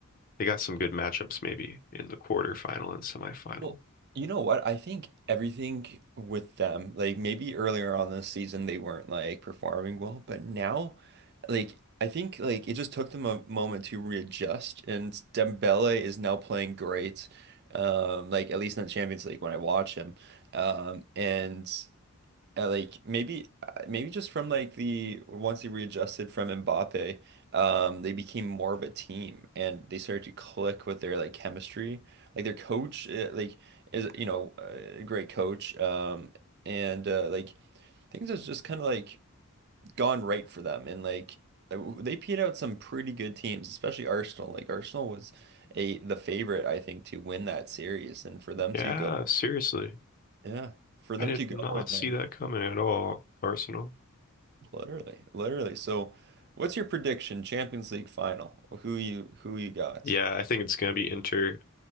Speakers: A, on the left (about 40°); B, on the right (about 50°).
A: They got some good matchups maybe in the quarterfinal and semifinal.
B: Well, you know what? I think everything with them, like maybe earlier on this season, they weren't like performing well, but now, like, I think like it just took them a moment to readjust, and Dembele is now playing great. Um, like at least in the Champions League when I watch him. Um, and uh, like maybe uh, maybe just from like the once they readjusted from Mbappe, um, they became more of a team and they started to click with their like chemistry. Like their coach, uh, like is you know uh, a great coach, um, and uh, like things has just kind of like gone right for them and like uh, they peed out some pretty good teams, especially Arsenal. Like Arsenal was a the favorite I think to win that series and for them
A: Yeah,
B: to go,
A: seriously,
B: yeah, for them
A: I did
B: to go
A: not
B: and
A: see
B: like.
A: that coming at all. Arsenal.
B: Literally, literally. So, what's your prediction? Champions League final. Who you who you got?
A: Yeah, I think it's gonna be Inter.